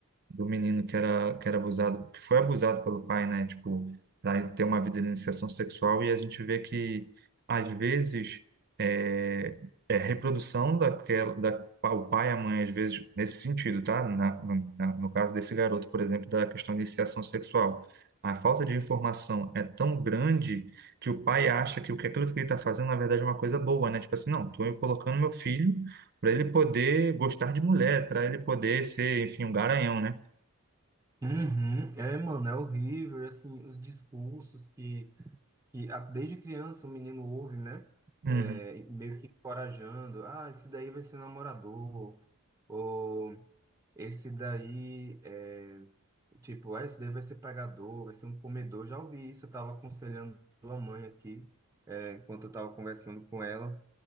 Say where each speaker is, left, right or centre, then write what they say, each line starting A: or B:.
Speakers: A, on the right; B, on the right.
A: do menino que era, que era abusado, que foi abusado pelo pai, né? Tipo, para ter uma vida de iniciação sexual, e a gente vê que, às vezes, é, é reprodução daquela, da, o pai e a mãe, às vezes, nesse sentido, tá? Na, na- no caso desse garoto, por exemplo, da questão de iniciação sexual. A falta de informação é tão grande que o pai acha que o que aquilo que ele está fazendo, na verdade, é uma coisa boa, né? Tipo assim, não, estou colocando meu filho para ele poder gostar de mulher, para ele poder ser, enfim, um garanhão, né?
B: Uhum. É, mano, é horrível, e, assim, os discursos que que a- desde criança o menino ouve, né?
A: Uhum.
B: É, meio que encorajando, ah, esse daí vai ser namorador, ou esse daí é tipo, ah, esse daí vai ser pregador, vai ser um comedor. Já ouvi isso, eu estava aconselhando a mãe aqui, é, enquanto eu estava conversando com ela,